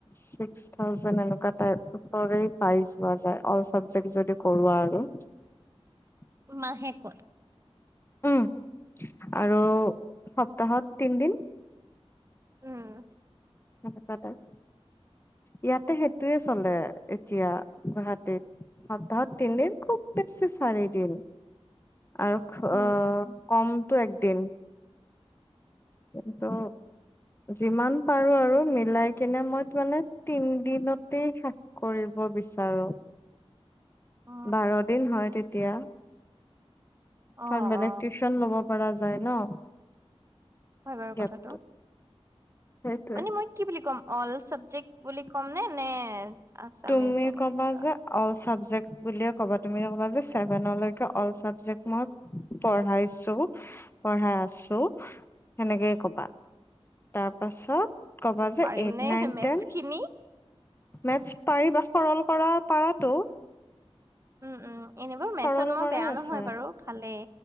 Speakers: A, on the left; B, on the right.
A: ছিক্স থাউজেড এনেকুৱা টাইৰে পাইোৱা যায় অল চাবজেক্ট যদি কৰোৱা আৰু <unintelligible>
B: মাহেকত।
A: উম, আৰু সপ্তাহত তিনদিন।
B: উম।
A: <unintelligible> ইয়াতে সেইটোয়ে চলে এতিয়া গুৱাহাটীত। সপ্তাহত তিনিদিন খুব বেছি চাৰিদিন। আৰু
B: উম
A: অ'
B: উম
A: কমটো এক দিন, কিন্তু যিমান পাৰো আৰু মিলাই কিনে মই মানে তিন দিনত তে শেষ কৰিব বিচাৰোঁ।
B: অ
A: বাৰ দিন হয় তেতিয়া,
B: অ
A: কাৰণ বেলেগ
B: অ
A: টিউচন ল'ব। পৰা যায় ন।
B: হয় বাৰু
A: গেপটো
B: কথাটো।
A: সেইটোৱে।
B: মানে মই বুলি কি কম, অল চাবজেক বুলি কম নে। নে আছামিজ
A: তুমি
B: এনেকে
A: কবা
B: কিবা
A: যে অল চাবজেক। বুলিয়ে ক'বা, তুমি ক'বা যে ছেভেনলেকে অল চাবজেক মই পঢ়াইছো, পঢ়াই আছো সেনেকেই ক'বা। তাৰ পাছত ক'বা যে
B: পাৰিম
A: এইট,
B: নে
A: নাইন,
B: মেথছ
A: টেন।
B: খিনি
A: মেটথছ পাৰি বা সৰল কৰা পাৰাটো।
B: উম, উম, এনেবোৰ মেথছত
A: সৰল
B: মই
A: কৰাই
B: বেয়া
A: আছে।
B: নহয় বাৰু ভালেই।